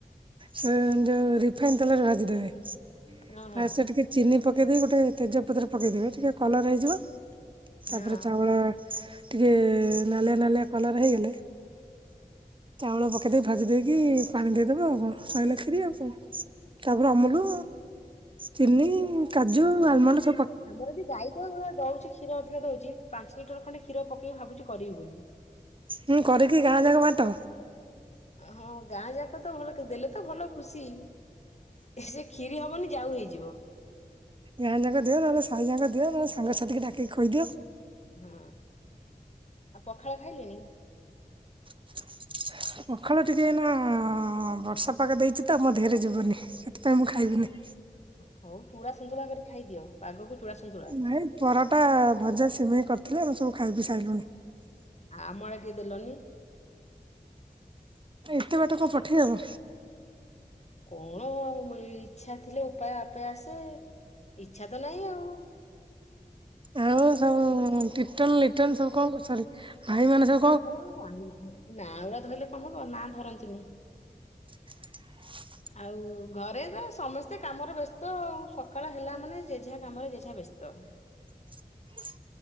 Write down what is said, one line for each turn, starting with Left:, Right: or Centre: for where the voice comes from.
Right: ସେ ଯୋଉ ରିଫାଇନ ତେଲରେ ଭାଜିଦବେ
Left: ହଁ ହଁ
Right: ତା ସହ ଟିକେ ଚିନି ପକେଇଦେଇ ଗୋଟେ ତେଜପତ୍ର ପକେଇଦେବେ ଟିକେ କଲର ହେଇଯିବ ତାପରେ
Left: ହଁ।
Right: ଚାଉଳ ଟିକେ ନାଲିଆ ନାଲିଆ କଲର ହେଇଗଲେ। ଚାଉଳ ପକେଇ ଦେଇକି ଭାଜି ଦେଇକି ପାଣି ଦେଇଦବ ଆଉ କଣ? ସଇଲା କ୍ଷୀରି ଆଉ କଣ ତାପରେ ଅମୁଲ ଚିନି କାଜୁ ଆଲମଣ୍ଡ ସ
Left: ଆମର ବି ଗାଈ ତ ଦଉଚି କ୍ଷୀର ଅଧିକା ଦଉଚି। ପାଞ୍ଚ ଲିଟର ଖଣ୍ଡେ କ୍ଷୀର ପକେଇ ଭାବୁଚି କରିବି ବୋଲି।
Right: ହୁଁ କରିକିି ଗାଁ ଯାକ ବାଟ।
Left: ହଁ ଗାଁ ଯାକ ତ ଭଲ ଦେଲେ ତ ଭଲ ଖୁସି। ଏ ସେ କ୍ଷୀରି ହବନି ଯାଉ ହେଇଯିବ।
Right: ଗାଁ ଯାକ ଦିଅ ନହେଲେ ସାହି ଯାକ ଦିଅ ନହେଲେ ସାଙ୍ଗସାଥିୀକି ଡକେଇକି ଖୁଏଇ ଦିଅ।
Left: ହଁ ଆଉ ପଖାଳ ଖାଇଲେଣି?
Right: <inaudible> ପଖାଳ ଟିକେ ଏଇନା ବର୍ଷା ପାଗ ଦେଇଚି ତ ମୋ ଦେହରେ ଯିବନି। ସେଥିପାଇଁ ମୁଁ ଖାଇବିନି।
Left: ହଉ ଚୁଡା ସୁୁନ୍ତୁଳା କରି ଖାଇଦିଅ ପାଗକୁ ଚୂଡ଼ା ସୁୁନ୍ତୁଳା।
Right: ନାଇଁ ପରଟା ଭଜା ସିମେଇ କରିଥିଲେ। ଆମେ ସବୁ ଖାଇବି ସାରିଲୁଣି।
Left: ଆଉ ଆମ ଆଡେ ଟିକେ ଦେଲନି?
Right: ଏତେ ବାଟ କଣ ପଠେଇହବ?
Left: କଣ ମ ଏଇ ଇଚ୍ଛା ଥିଲେ ଉପାୟ ଆପେ ଆସେ ଇଚ୍ଛା ତ ନାହିଁ ଆଉ।
Right: ଆଉ ସବୁ ଟିଟନ ଲିଟନ ସବୁ କଣ କର ସରି। ଭାଇ ମାନ ସବ୍
Left: ଆପଣ ନା ଗୁଡା ଧରିଲେ କଣ ହବ ନା ଧରନ୍ତୁନି।
Right: <inaudible>
Left: ଆଉ ଘରେ ତ ସମସ୍ତେ କାମରେ ବ୍ୟସ୍ତ। ସକାଳ ହେଲା ମାନେ ଜେ ଯାହା କାମରେ ଜେ ଯାହା ବ୍ୟସ୍ତ। ତ।
Right: <inaudible>